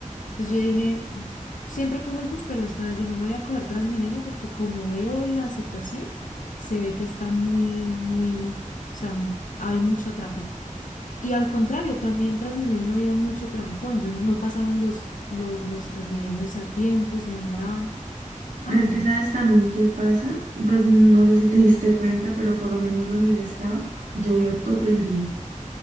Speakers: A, on the left; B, on the right.
A: Entonces yo dije, siempre cojo el bus, pero esta vez dije, voy a coger Transmilenio porque como veo la situación, se ve que está muy, muy, o sea, hay mucho tráfico. Y al contrario, también Transmilenio había mucho trancón. Yo no pasaban los, los, los Transmilenios a tiempo, se demoraban.
B: Pero
A: Ay,
B: es que
A: no.
B: sabes también qué pasa, pues no sé si te diste cuenta, pero por lo menos donde yo estaba, llovió todo el día,